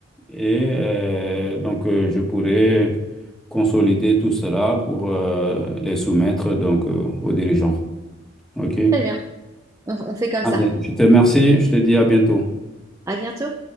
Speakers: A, in the centre; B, on the right.
A: Et euh, donc, euh, je pourrais consolider tout cela pour euh, les soumettre donc, euh, aux dirigeants. OK?
B: Très bien, on on fait comme
A: Allez,
B: ça.
A: je te remercie. Je te dis à bientôt.
B: À bientôt.